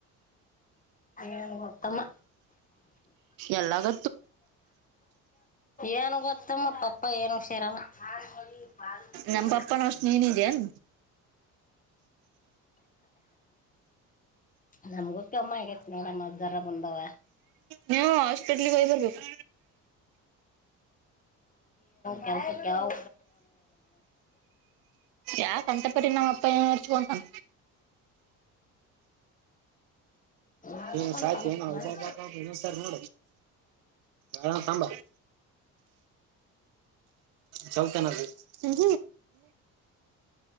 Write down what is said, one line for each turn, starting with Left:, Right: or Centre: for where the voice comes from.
Left: ಏನು ಗೊತ್ತಮ್ಮ
Right: ಎಲ್ಲ ಗ
Left: ಏನು ಗೊತ್ತಮ್ಮ ಪಪ್ಪ ಏನು ಶಿರಮ್ಮ ಬಾಲ್ಮಣಿ
Right: ನಮ್ ಪಪ್ಪನ ಅಷ್ಟ್ ನೀನಿದೇನ್ ಬ
Left: ನಮ್ಗು ಕಮ್ಮ ಆಗೈತ್ ನೋಡಮ್ ಅದ್ ಜರ ಬಂದಾವ
Right: ನೀವು ಹಾಸ್ಪಿಟ್ಲ್ಗೆ ಹೋಗ್ ಬರ್ಬೇಕು
Left: ಕೆಲ್ಸ ಕಾವ
Right: ಯಾಕ ಅಂತ ಪರಿ ನಮ್ಮ ಅಪ್ಪ ಏನ್ ಹರ್ಚ್ಕೊಂತಾನ
Left: ನೋಡ್ಕೊಂತಾನ
Right: ಹ್ಮ ಸಾಚ ನ ಹದನು ಸ ನೋ ಹ ತಂಬ ಚೌಲ್ತಾನ ನನ್